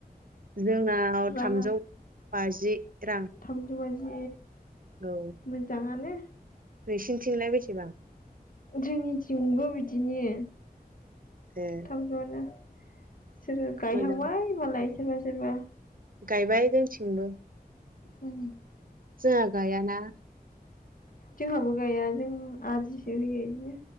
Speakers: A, on the right; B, on the left.
A: जोंनाव
B: राङा
A: थामजौ। बाजि। रां
B: थामजौ बाजि
A: औ
B: मोजाङानो।
A: नोंसिनिथिंलाय बेसेबां?
B: जोंनिथिंबो बिदिनो
A: ए
B: थामजौ आनो। सोरो? गायहांबाय
A: मोजां
B: मालाय सोरबा-सोरबा
A: गायबाय जोंथिंबो।
B: उम
A: जोंङा गायाना
B: जोंहाबो गाया जों आदिसो होयो बिदिनो।